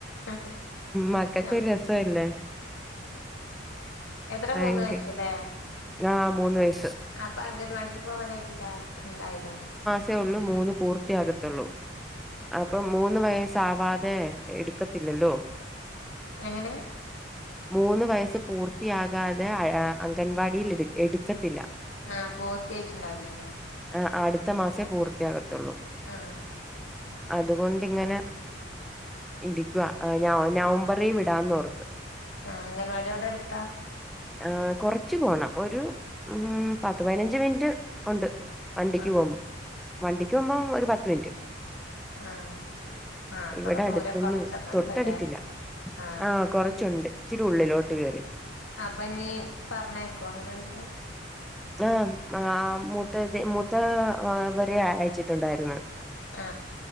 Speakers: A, on the left; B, in the centre.
A: ആഹ്
B: മക്കൾക്ക്
A: ആഹ്
B: ഒരു രസമല്ലേ
A: എത്ര
B: ഭയങ്കര
A: മൂന്ന് വയസ്സ്ല്ലേ
B: ആഹ് മൂന്ന് വയസ്സ്
A: അപ്പൊ അംഗൻവാടിയില് പോവാനായിട്ടില്ല ഉണ്ടായില്ലേ
B: ത്തെ ഉള്ളൂ മൂന്ന് പൂർത്തിയാകത്തുള്ളൂ അപ്പൊ മൂന്ന് വയസ്സാവാതെ എടുക്കത്തില്ലല്ലോ
A: എങ്ങനെ
B: <inaudible> മൂന്ന് വയസ്സ് പൂർത്തിയാകാതെ അംഗൻവാടിയിൽ എടു എടുക്കത്തില്ല
A: ആഹ് പൂർത്തിയായിട്ടുണ്ടാവില്ല അല്ലേ
B: ആഹ് അടുത്ത മാസമേ പൂർത്തിയാകത്തുള്ളൂ
A: ആഹ്
B: അതുകൊണ്ടിങ്ങനെ ഇരിക്കുവാ നവം നവംബറി വിടാന്ന് ഓർത്ത്
A: ആഹ് അംഗൻവാടി അവിടെ അടുത്താ
B: ആഹ് കുറച്ച് പോണം ഒരു പത്ത് പതിനഞ്ച് മിനിറ്റ് ഉണ്ട് വണ്ടിക്ക്
A: ആഹ്
B: പോകും വണ്ടിക്ക്
A: ആഹ്
B: പോകുമ്പം ഒരു പത്ത് മിനിറ്റ്
A: ആഹ് ആഹ് അത്ര
B: ഇവിടെ
A: ദൂരം
B: അടുത്തൊന്നും
A: കൊറച്ചൊക്കെ
B: തൊട്ടടുത്തില്ല
A: ഇണ്ടല്ലേ ആഹ്
B: ആഹ കൊറച്ച് ചൊണ്ട് ഇച്ചിരി ഉള്ളിലോട്ട് കേറി
A: അപ്പൊ നീ പറഞ്ഞേക്കോ അങ്ങനെ വേടിക്ക
B: ആ ആ മൂത്ത മൂത്ത വരെ അയച്ചിട്ടുണ്ടായിരുന്നു
A: ആ